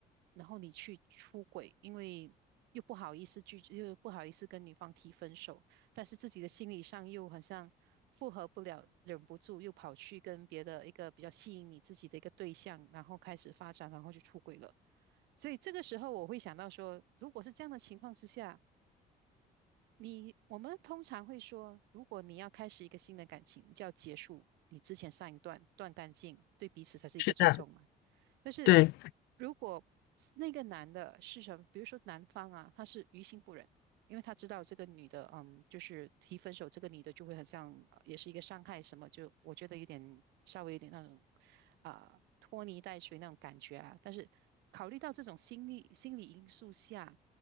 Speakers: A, on the right; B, on the left.
A: 然后你去出轨，因为又不好意思拒，又不好意思跟女方提分手。但是自己的心理上又好像复合不了，忍不住又跑去跟别的一个比较吸引你自己的一个对象，然后开始发展，然后就出轨了。所以这个时候我会想到说，如果是这样的情况之下，你我们通常会说，如果你要开始一个新的感情，你就要结束你之前上一段，断干净，对彼此才是一个尊重嘛。
B: 是的，
A: 但是
B: 对，
A: 如果那个男的是什么，比如说男方啊，他是于心不忍，因为他知道这个女的，嗯，就是提分手，这个女的就会很像，呃也是一个伤害什么，就我觉得有点稍微有点那种啊、拖泥带水那种感觉啊。但是考虑到这种心理心理因素下，